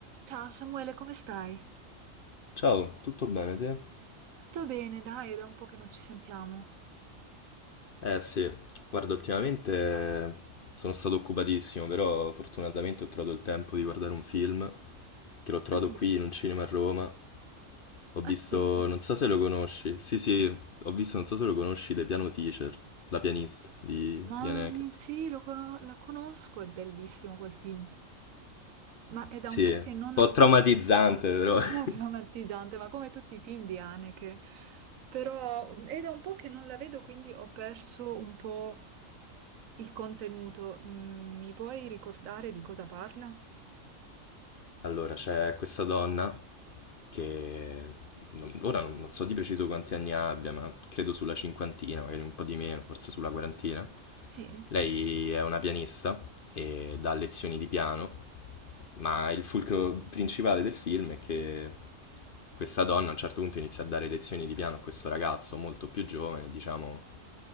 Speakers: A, on the right; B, on the left.
A: Ciao Samuele, come stai?
B: Ciao, tutto bene te?
A: Tutto bene, dai, è da un po' che non ci sentiamo.
B: Eh sì, guarda, ultimamente sono stato occupatissimo, però fortunatamente ho trovato il tempo di guardare un film che l'ho trovato
A: Ok.
B: qui in un cinema a Roma. Ho visto,
A: Ah sì?
B: non so se lo conosci, sì sì, ho visto, non so se lo conosci, The Piano Teacher, la pianista di,
A: Ma
B: di Haneke.
A: mi- sì, lo, cono- lo conosco, è bellissimo quel film. Ma è da
B: Sì,
A: un po'
B: un
A: che non
B: po'
A: l'ho
B: traumatizzante
A: visto.
B: però.
A: Un
B: <laughs>
A: po' <laughs> traumatizzante, ma come tutti i film di Haneke. Però è da un po' che non la vedo, quindi ho perso un po' il contenuto. Mm, Mi puoi ricordare di cosa parla?
B: Allora, c'è questa donna che non- ora non, non so di preciso quanti anni abbia, ma credo sulla cinquantina, magari un po' di meno, forse sulla quarantina.
A: Sì.
B: Lei è una pianista e dà lezioni di piano, ma il fulcro principale del film è che questa donna a un certo punto inizia a dare lezioni di piano a questo ragazzo molto più giovane, diciamo